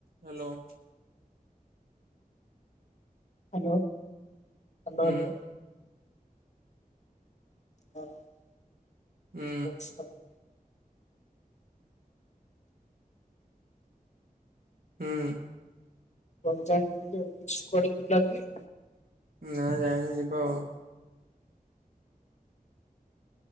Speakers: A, on the right; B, on the left.
A: Hello.
B: Hello, hello,
A: ହୁଁ
B: hello! ହଁ
A: ହୁଁ
B: <unintelligible>
A: ହୁଁ।
B: କୁଆଡେ ଯା କୁଆଡେ ବୁଲା ବୁଲି?
A: ନା ଯାଇନି ଯିବ ଆଉ।